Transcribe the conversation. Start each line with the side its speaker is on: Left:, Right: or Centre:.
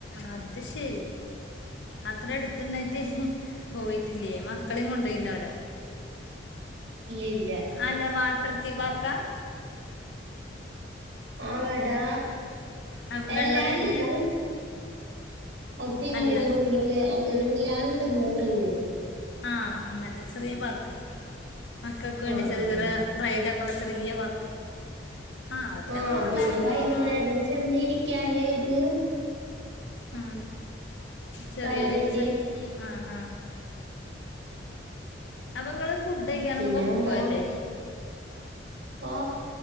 Left: അത് ശരി അത്ര എടുത്തണ്ടായിട്ട് പോയിട്ടില്ലേ മക്കളെ കൊണ്ടോയിണ്ടാവ് ല
Right: ഇല്ല
Left: അല്ല വാട്ടർ തീം പാർക്കാ
Right: ആടാ
Left: ആ, വെള്ളത്തിൻ
Right: എല്ലാണ്ട് അസ്വിമ്മിംഗ്
Left: അല്ല
Right: പൂൾ അങ്ങനെല്ലാണ്ടന്ന് പറഞ്ഞ്
Left: ആഹ് അങ്ങനത്തെ ചെറിയ പാർക്ക് മക്കൾക്ക് വേണ്ടി
Right: ആഹ്
Left: ചെറിയ ചെറിയ-
Right: ആഹ്
Left: റൈഡൊക്കെയുള്ള ചെറിയ പാർക്ക് ആ അവിടെയൊക്കെ
Right: ആഹ്
Left: കൊണ്ടുപോയാൽ
Right: പിന്നെ
Left: മതിയല്ലോ
Right: വൈകുന്നേരം ചെന്നിരിക്കാനേ ഒരു-
Left: ആ ചെറിയറിയൊരു
Right: സ്ഥലായിട്ട്
Left: സെറ്റ് ആഹ് ആഹ് അപ്പൊ ങ്ങള് ഫുഡ് കഴിക്കാനൊന്നും
Right: പിന്നെ
Left: പൊറത്ത്ക്ക്‌
Right: അവടാ
Left: പോകൽ ഇല്ലേ
Right: ഓ